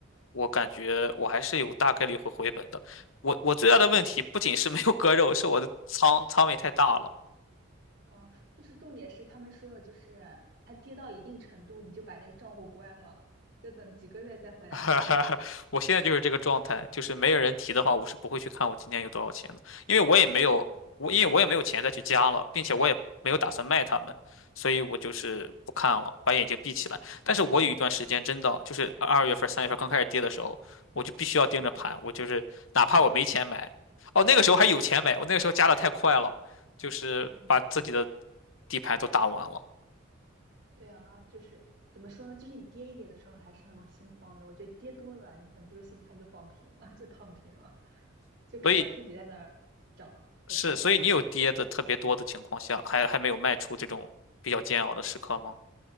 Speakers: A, on the left (about 85°); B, on the right (about 60°).
A: 我感觉我还是有大概率会回本的。我我最大的问题不仅是没有割肉，是我的仓仓位太大了。
B: 嗯，就是重点是他们说的，就是它跌到一定程度，你就把那个账户关了，就等几个月再回来看。
A: <laughs> 哈哈哈，我现在就是这个状态，就是没有人提的话，我是不会去看我今天有多少钱的，因为我也没有，
B: <laughs> 对啊，
A: 我因为我也没有钱再去加了，并且我也没有打算卖他们，所以我就是不看了，把眼睛闭起来。
B: 嗯。
A: 但是我有一段时间真的就是二月份、三月份刚开始跌的时候，我就必须要盯着盘，我就是哪怕我没钱买，哦，那个时候还有钱买，我那个时候加的太快了，就是把自己的
B: 嗯
A: 底牌都打完了，
B: 对啊，就是怎么说呢？就是你跌一点的时候还是很心慌的。我觉得跌多了，你可能就心态就放平了，<laughs> 就躺平了，就看它自己在那儿涨和跌了。
A: 所以是，所以你有跌的特别多的情况下，还还没有卖出这种比较煎熬的时刻吗？